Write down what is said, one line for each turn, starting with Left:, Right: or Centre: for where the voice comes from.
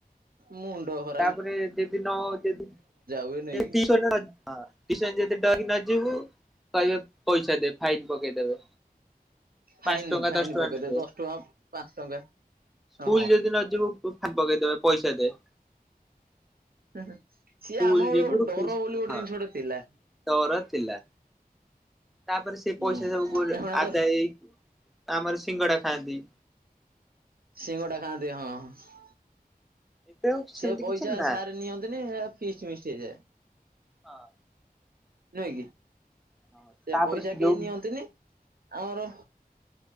Right: ମୁଣ୍ଡ ଖ
Centre: ତାପରେ ଯଦି ନଅ ଯଦି
Right: ହୁଏ ନାଇକି।
Centre: ଯଦି ଟିସନରେ ନ ହଁ। ଟିସସ ଯଦି ଡରିକି ନଯିବୁ କହିବେ ପଇସା ଦେ ଫାଇନ ପକେଇଦେବେ।
Right: ଫାଇନ
Centre: ପାଞ୍ଚଟଙ୍କା
Right: ଫାଇନ
Centre: ଦଶଟଙ୍କା
Right: ପକେଇଦେବେ
Centre: ନେବେ
Right: ଦଶ ଟଙ୍କା ପାଞ୍ଚ ଟଙ୍କା
Centre: ସ୍କୁଲ
Right: ହଁ।
Centre: ଯଦି ନଯିବୁ ଓ ଫାଇନ ପକେଇଦେବେ ପଇସା ଦେ।
Right: ହେ ହେ ସିଏ
Centre: ସ୍କୁଲ
Right: ଆମର
Centre: ଯିବୁ
Right: ଗୋଟେ କଣ ଡର
Centre: ଟିଉସନ
Right: ବୋଲି
Centre: ଯିବୁ
Right: ଗୋଟେ
Centre: ହଁ
Right: ଜିନିଷଟେ ଥିଲା।
Centre: ଡର ଥିଲା। ତାପରେ ସେ
Right: ହୁଁ
Centre: ପଇସା ସବୁକୁ ଗୋଟେ
Right: ଏଗୁଡା
Centre: ଆଦାୟୀ
Right: ତ
Centre: ଆମର ସିଙ୍ଗଡା ଖାଆନ୍ତି।
Right: ସିଙ୍ଗଡା ଖାଆନ୍ତି ହଁଁ ହଁ।
Centre: ଏବେ ଆଉ ସେମିତି
Right: ସିଏ ପଇସା
Centre: କିଛି ନାହିଁ
Right: ସାରେ ନିଅନ୍ତିନି ହେରା ଫିଷ୍ଟ ମିଷ୍ଟ ହେଇଯାଏ।
Centre: ହଁ
Right: ନୁହେଁକି
Centre: ହଁ
Right: ସେ
Centre: ତାପରେ
Right: ପଇସା କେହି
Centre: ଯୋଉ
Right: ନିଅନ୍ତିନି ଆମର